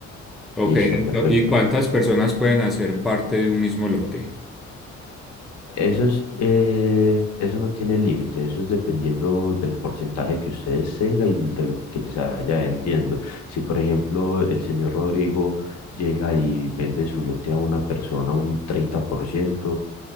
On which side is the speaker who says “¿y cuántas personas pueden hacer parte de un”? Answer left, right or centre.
Centre